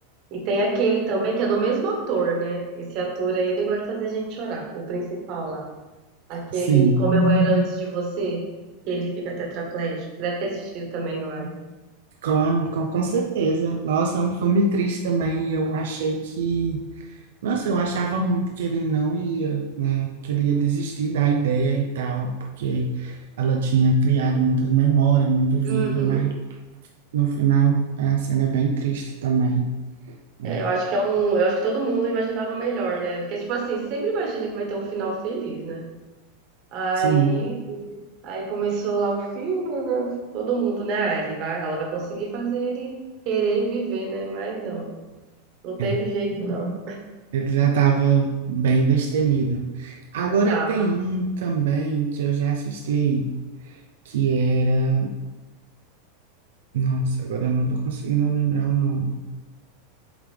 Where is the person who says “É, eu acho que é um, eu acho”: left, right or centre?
Right